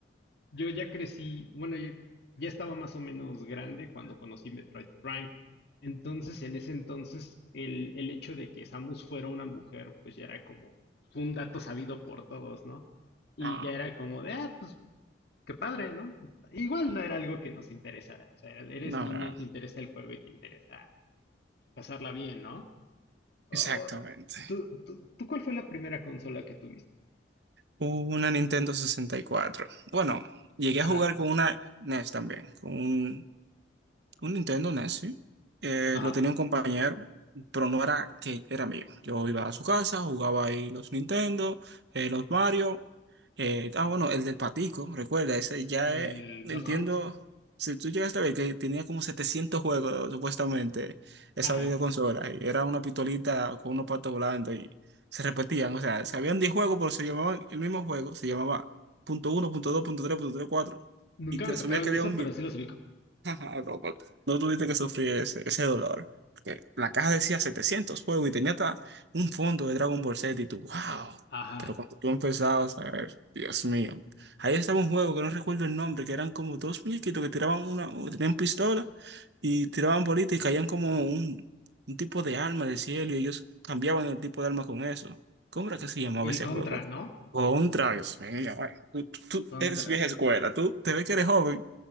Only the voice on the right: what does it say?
No,
no,
no,
exactamente.
Una Nintendo 64. Bueno, llegué
a jugar con una NES también, con un un Nintendo NES, sí. Eh,
lo tenía un compañero, pero no era que era mío. Yo iba a su casa, jugaba ahí los Nintendo, eh, los Mario. eh, ah, bueno, el del patico, recuerda, ese ya
es, entiendo,
si tú llegaste a ver que tenía como 700 juegos, supuestamente, esa
videoconsola, y era una pistolita con unos patos volando y se repetían, o sea, sabían habían 10 juegos, pero se llamaban el mismo juego, se llamaba punto uno, punto dos, punto tres, punto tres, cuatro,
y te
asumía
que
había
un
<laughs> No, pa- no tuviste que sufrir ese, ese dolor. Que la caja decía 700 juegos y tenía hasta un fondo de Dragon Ball Z y tú, wow.
Pero cuando tú empezabas a ver, Dios mío. Ahí estaba un juego que no recuerdo el nombre, que eran como dos muñequitos que tiraban una, tenían pistola y tiraban bolitas y caían como un, un tipo de arma del cielo y ellos cambiaban el tipo de arma con eso. ¿Cómo era que se llamaba
ese
juego?
Contra, Dios mío, güey. Tú, tú- tú
eres vieja escuela, tú te ves que eres joven.